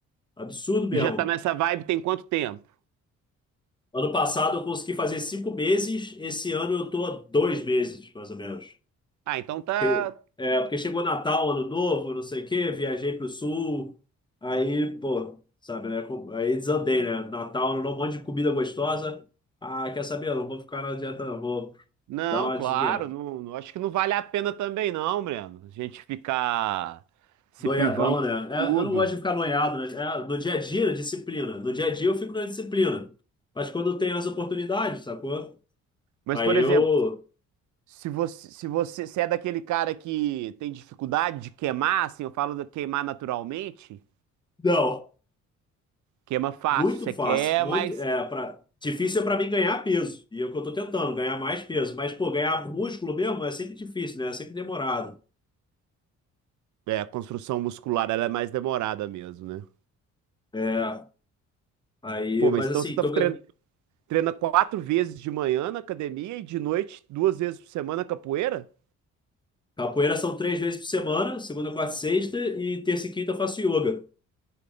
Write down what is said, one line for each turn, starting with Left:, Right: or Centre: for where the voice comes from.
Left: Absurdo mesmo.
Right: E já tá nessa vibe tem quanto tempo?
Left: Ano passado eu consegui fazer cinco meses, esse ano eu tô a dois meses, mais ou menos.
Right: Ah, então tá.
Left: Que- É, porque chegou Natal, Ano Novo, não sei o quê, viajei pro sul, aí, pô, sabe, né? com- Aí desandei, né? Natal, Ano Novo, um monte de comida gostosa. Ah, quer saber? Eu não vou ficar na dieta, não, vou
Right: Não,
Left: dar uma
Right: claro,
Left: desviada.
Right: não, não- acho que não vale a pena também, não, Breno. A gente ficar se
Left: Noiadão,
Right: privando
Left: né?
Right: de tudo.
Left: É, eu não gosto de ficar noiado, né? É, no dia a dia, disciplina. No dia a dia eu fico na disciplina. Mas quando eu tenho as oportunidades, sacou?
Right: Mas,
Left: Aí
Right: por
Left: eu.
Right: exemplo, se você, se você, se é daquele cara que tem dificuldade de queimar, assim, eu falo de queimar naturalmente,
Left: Não.
Right: queima fácil,
Left: Muito
Right: você
Left: fácil,
Right: quer,
Left: muito
Right: mas
Left: é para difícil é para mim ganhar peso. E é o que eu tô tentando, ganhar mais peso, mas pô, ganhar músculo mesmo é sempre difícil, né? É sempre demorado.
Right: É, a construção muscular ela é mais demorada mesmo, né?
Left: É, aí,
Right: Pô, mas
Left: mas
Right: então
Left: assim,
Right: você tá
Left: tô
Right: trein-
Left: gan-
Right: treina quatro vezes de manhã na academia e de noite duas vezes por semana capoeira?
Left: capoeira são três vezes por semana, segunda, quarta e sexta e terça e quinta eu faço yoga.